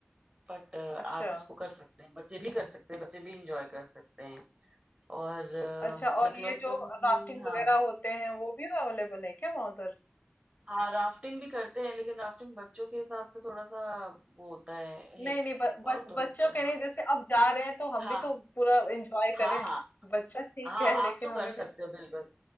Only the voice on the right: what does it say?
बट
आप उसको कर सकते हैं बच्चे भी कर सकते हैं बच्चे भी इंजॉय कर सकते हैं और
मैक्लोडगंज
में हाँ
हाँ राफ्टिंग भी करते हैं लेकिन राफ्टिंग बच्चों के हिसाब से थोड़ा सा वो होता है,
है
थोड़ा सा
हाँ
हाँ
हाँ
हाँ हाँ
आप तो
कर सकते
हो बिल्कुल